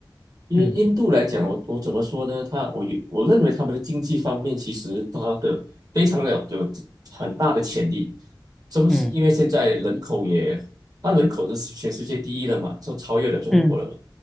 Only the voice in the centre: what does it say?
嗯
嗯
嗯